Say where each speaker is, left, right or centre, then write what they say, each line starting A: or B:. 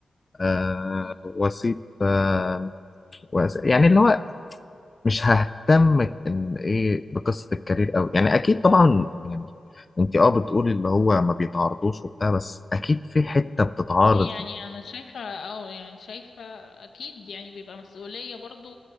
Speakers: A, on the left; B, on the left.
A: آه
B: مم.
A: وأسيب آه وأس- يعني اللي هو مش ههتم ان ايه بقصه الكارير قوي يعني اكيد طبعا يعني انت اه بتقولي اللي هو ما بيتعرضوش وبتاع بس اكيد في حته بتتعرض
B: اه يعني انا شايفة اه يعني شايفة اكيد يعني بيبقى مسؤولية برضو